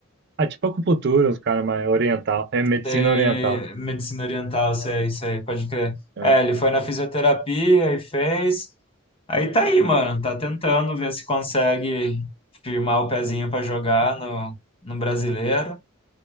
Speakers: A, on the right (about 50°); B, on the left (about 25°).
A: Ah, tipo acupuntura, uns caras mais oriental. É medicina
B: Sei,
A: oriental.
B: medicina oriental, sei, sei, pode crer.
A: É,
B: É, ele foi na fisioterapia e fez. Aí tá aí, mano, tá tentando ver se consegue firmar o pezinho pra jogar no, no brasileiro,